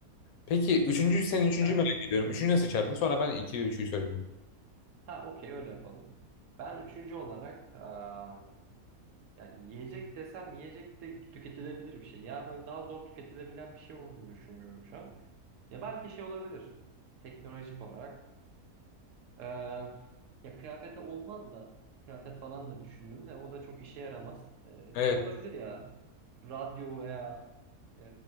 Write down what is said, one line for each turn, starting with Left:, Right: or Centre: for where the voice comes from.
Left: Peki üçüncü, senin üçüncüyü
Right: Sen
Left: merak ediyorum. Üçüncü ne seçerdin? Sonra ben iki ve üçüyü söyleyeyim.
Right: Ha, okey öyle yapalım. Ben üçüncü olarak aa, yani yiyecek desem yiyecek de tüketilebilir bir şey. Ya böyle daha zor tüketilebilen bir şey olduğunu düşünüyorum şu an. Ya belki şey olabilir. Teknolojik olarak. Ee, ya kıyafete olmaz da kıyafet falan da düşündüm de o da çok işe yaramaz. Ee,
Left: Evet.
Right: bir şey olabilir ya. Radyo veya e,